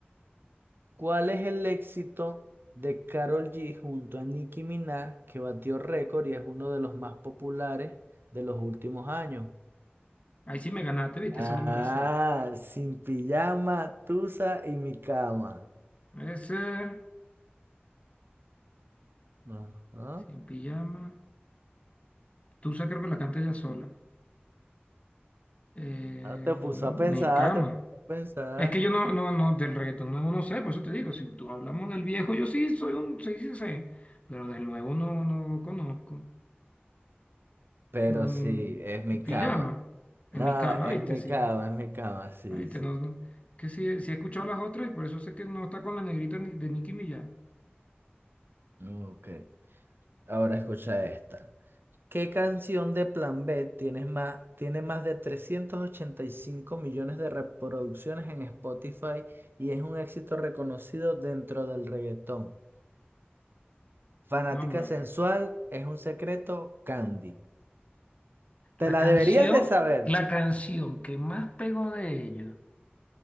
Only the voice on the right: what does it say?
¿Cuál es el éxito de Karol G junto a Nicki Minaj que batió récord y es uno de los más populares de los últimos años?
Ah,
sin pijama, tusa y mi cama.
Ajá.
Ah, te puso
a pensar,
te puso a pensar.
Pero
sí, es mi
cama.
No,
es
mi
cama, es mi cama, sí,
sí.
Ok. Ahora escucha esta. ¿Qué canción de Plan B tienes más, tiene más de 385 millones de reproducciones en Spotify y es un éxito reconocido dentro del reggaetón? Fanática
sensual, es un secreto, Candy. ¿Te
la
deberías de saber?